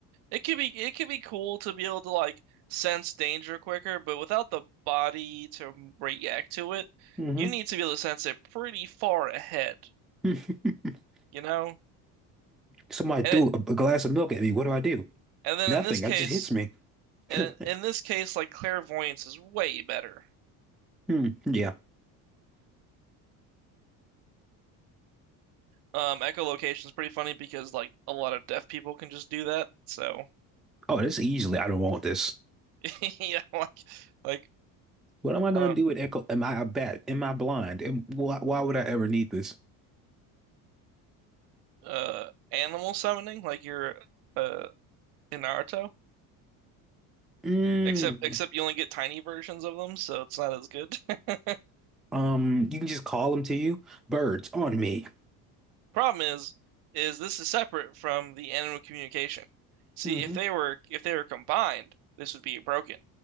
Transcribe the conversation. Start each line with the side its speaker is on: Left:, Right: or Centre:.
Right: It could be it could be cool to be able to like sense danger quicker, but without the body to react to it,
Centre: Mm-hmm.
Right: you need to be able to sense it pretty far ahead,
Centre: <laughs>
Right: you know?
Centre: Somebody
Right: And
Centre: threw
Right: it,
Centre: a a glass of milk at me. What do I do?
Right: and then
Centre: Nothing.
Right: in this case,
Centre: That just hits me.
Right: and
Centre: <laughs>
Right: in this case, like clairvoyance is way better.
Centre: Hmm. Yeah.
Right: Um, echolocation is pretty funny because like a lot of deaf people can just do that. So
Centre: Oh, this easily. I don't want this.
Right: <laughs> yeah, like like
Centre: What am I going
Right: I don't
Centre: to do with Echo? Am I a bat? Am I blind? And why, why would I ever need this?
Right: uh animal summoning like you're uh in Naruto.
Centre: Mm.
Right: Except except you only get tiny versions of them, so it's not as good. <laughs>
Centre: Um, you can just call them to you. Birds on me.
Right: Problem is, is this is separate from the animal communication. See,
Centre: hmm
Right: if they were if they were combined, this would be broken,